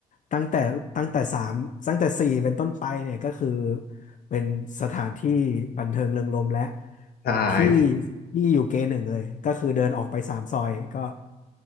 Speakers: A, on the left; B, on the left.
A: ตั้งแต่ตั้งแต่สามตั้งแต่สี่เป็นต้นไปเนี่ยก็คือเป็นสถานที่บันเทิงเริงรมย์และ
B: ใช่
A: พี่พี่อยู่เกหนึ่งเลยก็คือเดินออกไปสามซอยก็